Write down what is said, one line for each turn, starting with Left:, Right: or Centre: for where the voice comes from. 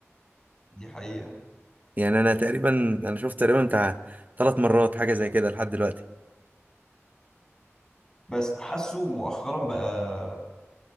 Left: دي حقيقه
Right: يعني انا تقريبا انا شفت تقريبا بتاع ثلاث مرات حاجه زي كده لحد دلوقتي
Left: بس حاسه مؤخرا بقى